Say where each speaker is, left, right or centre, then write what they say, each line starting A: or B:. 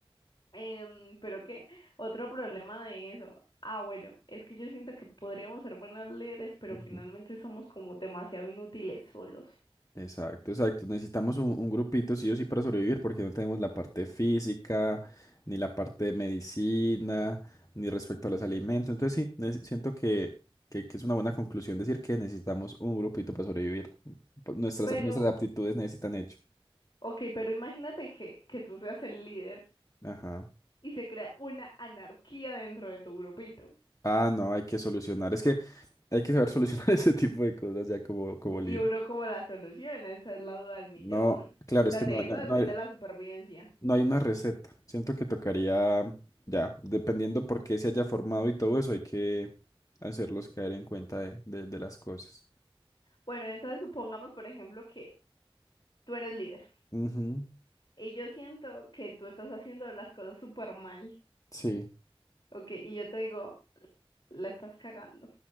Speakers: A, on the left; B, on the left.
A: Em, pero qué, otro problema de eso. Ah, bueno, es que yo siento que podríamos ser buenos líderes, pero
B: Ujú.
A: finalmente somos como demasiado inútiles solos.
B: Exacto, exacto. Necesitamos un, un grupito, sí o sí, para sobrevivir, porque no tenemos la parte física, ni la parte de medicina, ni respecto a los alimentos. Entonces sí, nece- siento que, que, que es una buena conclusión decir que necesitamos un grupito para sobrevivir. P- Nuestras,
A: Pero,
B: nuestras aptitudes necesitan hecho.
A: ok, pero imagínate que, que tú seas el líder
B: Ajá.
A: y se crea una anarquía dentro de tu grupito.
B: Ah, no, hay que solucionar. Es que hay que saber solucionar <laughs> ese tipo de cosas ya como, como
A: Y
B: líder.
A: uno como la solución, esa es la duda del millón.
B: No, claro,
A: O
B: es
A: sea,
B: que
A: de
B: no,
A: eso
B: no,
A: depende
B: no hay.
A: la supervivencia.
B: No hay una receta. Siento que tocaría, ya, dependiendo por qué se haya formado y todo eso, hay que hacerlos caer en cuenta de, de- de las cosas.
A: Bueno, entonces supongamos, por ejemplo, que tú eres líder
B: Ujú,
A: y yo siento que tú estás haciendo las cosas súper mal.
B: Sí,
A: Ok, y yo te digo... la estás cagando.